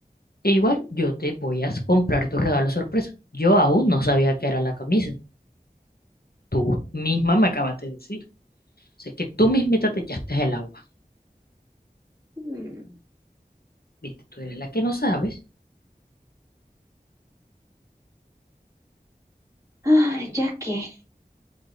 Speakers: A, on the left; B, on the right.
A: e igual yo te voy a comprar tu regalo sorpresa. Yo aún no sabía que era la camisa. Tú misma me acabas de decir. O sea, que tú mismita te echaste el agua.
B: Mm.
A: Viste, tú eres la que no sabes.
B: Ay, ya que.